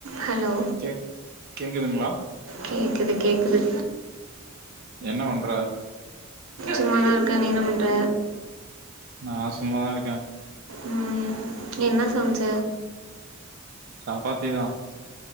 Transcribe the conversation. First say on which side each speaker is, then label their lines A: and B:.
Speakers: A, on the right (about 70°); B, on the right (about 45°).
A: Hello
B: கே கேக்குதுங்களா
A: கேக்குது கேக்குது
B: என்ன வண்ற
A: சும்மாதா இருக்க நீ என்ன பண்ற
B: நா சும்மாதா இருக்கே
A: ம் என்ன சம்ச்ச
B: சப்பாத்தி தா